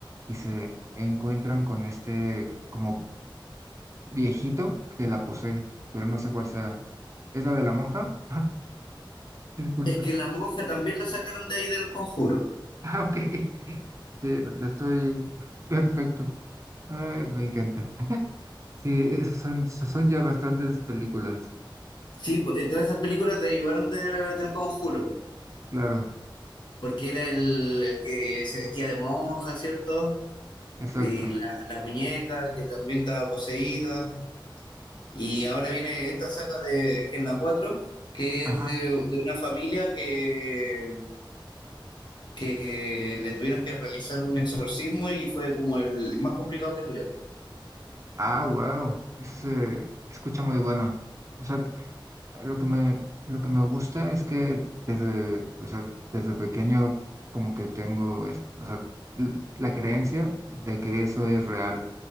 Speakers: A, on the right; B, on the left.
A: y se encuentran con este como viejito que la posee, pero no sé cuál sea. ¿Es la de la monja? <laughs> Ah, disculpa.
B: es que la monja también la sacaron de ahí del conjuro.
A: <laughs> Ah, ok. Sí, o sea, estoy <laughs> perfecto. Ay, me encanta. Sí, esos son, son ya bastantes películas.
B: Sí, pues todas esas películas derivaron de- del conjuro,
A: Claro,
B: porque era el, el que se vestía de monja, ¿cierto?
A: exacto.
B: Y la, la muñeca que también estaba poseída. Y ahora viene esta saga de, que es la 4 que
A: Ajá.
B: es de, de una familia que, que le tuvieron que realizar un exorcismo y fue como el más complicado que tuvieron.
A: Ah, wow. Eso se escucha muy bueno. O sea, Lo que me, lo que me gusta es que desde, o sea, desde pequeño como que tengo es- o sea, l- la creencia de que eso es real.